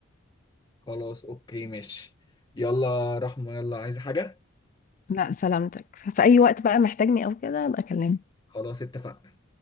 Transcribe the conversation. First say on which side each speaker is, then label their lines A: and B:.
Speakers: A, on the left (about 20°); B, on the left (about 40°).
A: خلاص أوكي ماشي يلا رحمة يلا عايز حاجة
B: لا سلامتك في اي وقت بقى محتاجني او كده ابقى اكلمك
A: خلاص اتفقنا